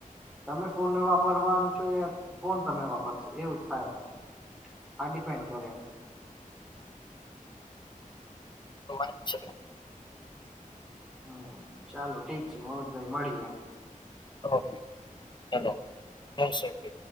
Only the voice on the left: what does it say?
તો વાત છો
ઓકે ચાલો હ છે ઓકે